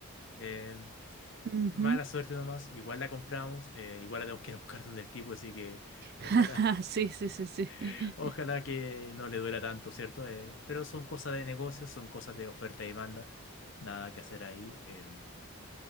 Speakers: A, on the left; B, on the right.
A: Eh,
B: Ujú.
A: mala suerte nomás, igual la compramos, eh, igual la tenemos que ir a buscar donde el tipo, así que ojalá,
B: <laughs> Ah, Sí, sí, sí, sí.
A: <laughs> ojalá que no le duela tanto, ¿cierto? Eh, pero son cosas de negocios, son cosas de oferta y demanda, nada que hacer ahí. em,